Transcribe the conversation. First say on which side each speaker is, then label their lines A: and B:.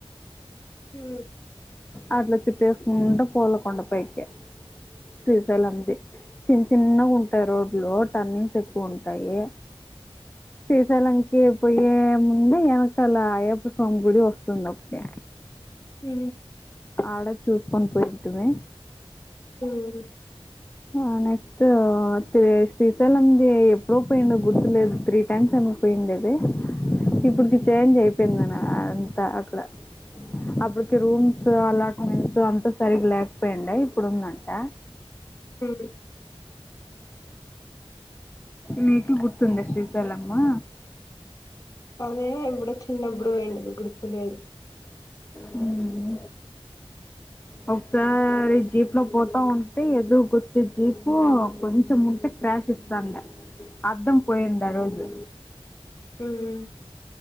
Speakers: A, on the left; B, on the left.
A: హ్
B: అట్లా చుట్టేసుకుంటా పోవలా కొండపైకి శ్రీశైలంది. చిన్న చిన్నగా ఉంటాయి రోడ్లు, టర్నింగ్స్ ఎక్కువ ఉంటాయి. శ్రీశైలంకి పోయ్యే ముందే ఎనకాల అయ్యప్ప స్వామి గుడి వస్తుంది ఒకటి.
A: హ్
B: ఆడ చూసుకొని పోయింటిమి.
A: హ్
B: ఆ నెక్స్ట్ త్రీ శ్రీశైలంది ఎప్పుడో పోయిండో గుర్తులేదు త్రీ టైమ్స్ ఎ మో పోయిండేది. ఇప్పుడుకి చేంజ్ అయిపోయిందన అంతా అక్కడ. అప్పటికి రూమ్స్ అలాట్మెంట్స్ అంతా సరిగ్గా లేకపోయిండే ఇప్పుడుందంటా.
A: హ్
B: మీకు గుర్తుందా శ్రీశైలము.
A: అదే ఎప్పుడో చిన్నప్పుడు పోయిండే గుర్తులేదు.
B: ఉం ఒకసారి జీప్ లో పోతా ఉంటే ఎదురుకొచ్చే జీపు కొంచెం ఉంటే క్రాష్ ఇస్తాండే అద్దం పోయింది ఆ రోజు
A: ఉం